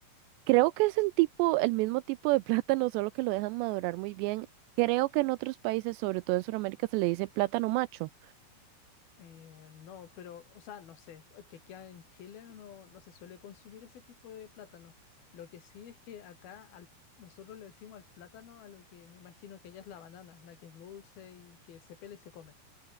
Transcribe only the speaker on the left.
Eh, no, pero, o sea, no sé, el que queda en Chile no, no se suele consumir ese tipo de plátano. Lo que sí es que acá al, nosotros le decimos al plátano a lo que me imagino que allá es la banana, la que es dulce y que se pela y se come.